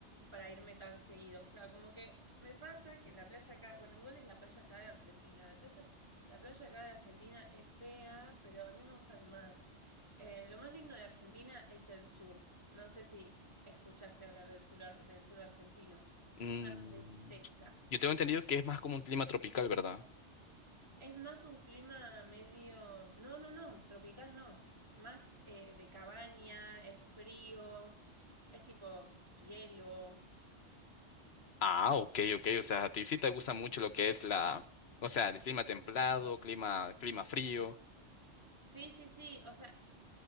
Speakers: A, on the right (about 25°); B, on the left (about 60°).
A: para irme tan seguido. O sea, como que me pasa que la playa acá, bueno, igual es la playa acá de Argentina. La playa, la playa acá de Argentina es fea, pero a mí me gusta el mar. Eh, lo más lindo de Argentina es el sur. No sé si escuchaste hablar del sur, ar- del sur argentino.
B: mm,
A: Es una belleza.
B: yo tengo entendido que es más como un clima tropical, ¿verdad?
A: Es más un clima medio... No, no, no, tropical no. Más eh, de cabaña, es frío, es tipo hielo.
B: Ah, ok, ok, o sea, a ti sí te gusta mucho lo que es la, o sea, el clima templado, clima, clima frío.
A: Sí, sí, sí. O sea,